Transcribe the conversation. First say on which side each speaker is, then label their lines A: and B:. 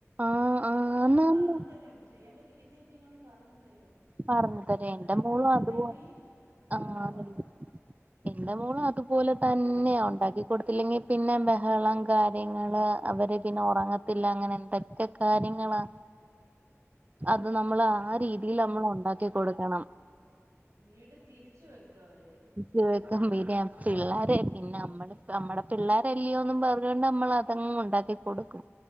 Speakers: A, on the right; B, on the right.
A: ആഹ് ആന്നാന്ന്
B: നമ്മുക്ക് പറഞ്ഞു തരും ചെയ്യെണ്ട രീതിയൊക്കെ ഇങ്ങോട്ട് പറഞ്ഞ് തരും
A: പറഞ്ഞ് തരും
B: ഉണ്ടാക്കി
A: എന്റെ മോളും
B: കൊടുത്തില്ലെങ്കി
A: അതുപോ
B: ബഹളവാ
A: ആഹ് എന്റെ മോളും അതുപോലെ തന്നെയാ ഉണ്ടാക്കി കൊടുത്തില്ലെങ്കി പിന്നെ ബെഹെളം കാര്യങ്ങള് അവര്
B: ഉം
A: പിന്നെ ഒറങ്ങ ത്തില്ല അങ്ങെനെ ന്തൊക്കെ കാര്യങ്ങളാ അത് നമ്മള് ആ രീതീൽ അമ്മള് ഉ ണ്ടാക്കി കൊട്ക്കണം
B: വീട് തിരിച്ച് വെക്കു അവര്
A: വെക്കും പിന്ന്യാ പിള്ളാരെ പിന്നെ അമ്മെടെ അമ്മെടെ പിള്ളാരെല്ല്യോന്നും പർഞ്ഞുകൊണ്ട് നമ്മള് അ തങ്ങ് ഉണ്ടാക്കി കൊട്ക്കും